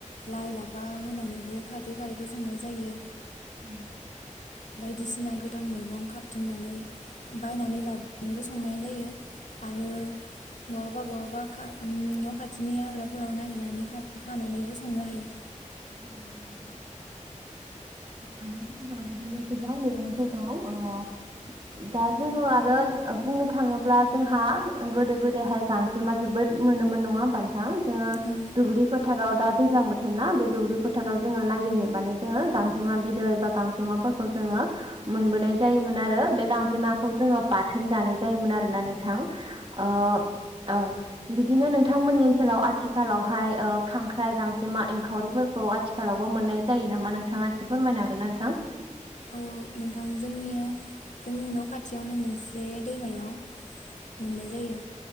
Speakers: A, on the left; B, on the right.
A: लाइ लाफा होनानैबो खारै खारिखौ संनाय जायो।
B: औ।
A: बायदिसिना गोथां मैगं खाबथिंनानै बायनानै लाबोनानैबो संनाय जायो आरो बहाबा बहाबा न' खाथिनि हाग्राफोराव नागिरनानै खा-खानानैबो संनो हायो।
B: <inaudible> आरो जोंहा बिदिनो गोबां मैगंफोर दं ओ दा जोङो आरो बुंनो थाङोब्ला जोंहा गोदो गोदायहाय गां जेमा जोबोद मोनोमोन नङा होनबा नोंथां, जोङो
A: औ
B: दुब्लि फोथाराव दा दैज्लां बोथोर ना बे दुब्लि फोथाराव जोङो नागिरहैबानो जोङो गांजेमा बिदै बा गांजेमाफोरखौ जोङो मोनबोनाय जायोमोन आरो, बे गांजेमाखौ जोङो बाथोन जानाय जायोमोन आरोना नों थां ओ औ बिदिनो नोंथांमोननि ओनसोलाव आथिखालावहाय खांख्राइ गांजेमा एंखावरिफोर खौ आथिखालावबो मोननाय जायो नामा नोंथाङा एसे फोरमायनो हागोन नोंथां?
A: औ नोंथां जोंनि जोंनि न' खाथियावनो मोनसे दैमायाव मोननाय जायो